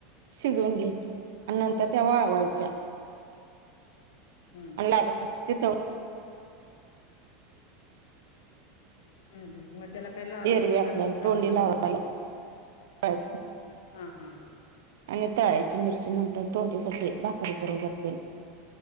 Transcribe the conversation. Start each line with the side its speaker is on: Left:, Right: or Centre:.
Right: शिजवून घ्यायच्या आणि नंतर त्या वाळवायच्या.
Left: हा हम्म
Right: आणि लागलच ते <unintelligible>
Left: हम्म हम्म. म त्याला काय लावायचं
Right: एरवी आपल्याला
Left: का नुसतं
Right: तोंडी
Left: आपलं
Right: लावायला <unintelligible>
Left: हम्म हम्म.
Right: आणि तळायची मिरची नंतर तोंडीसाठी भाकरी बरोबर तेन